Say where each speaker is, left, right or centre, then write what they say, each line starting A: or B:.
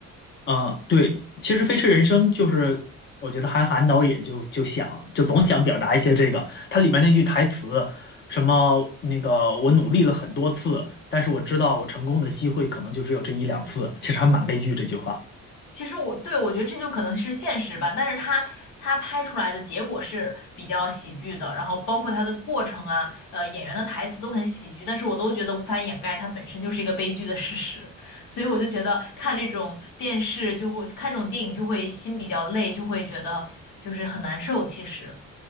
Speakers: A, on the left; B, on the left.
A: 嗯，对，其实《飞驰人生》就是我觉得韩寒导演就就想就总想表达一些这个，它里面那句台词，什么那个我努力了很多次，但是我知道我成功的机会可能就只有这一两次，其实还蛮悲剧这句话。
B: 其实我对我觉得这就可能是现实吧，但是他他拍出来的结果是比较喜剧的，然后包括他的过程啊，呃，演员的台词都很喜剧，但是我都觉得无法掩盖它本身就是一个悲剧的事实，所以我就觉得看这种电视就会看这种电影就会心比较累，就会觉得就是很难受。其实，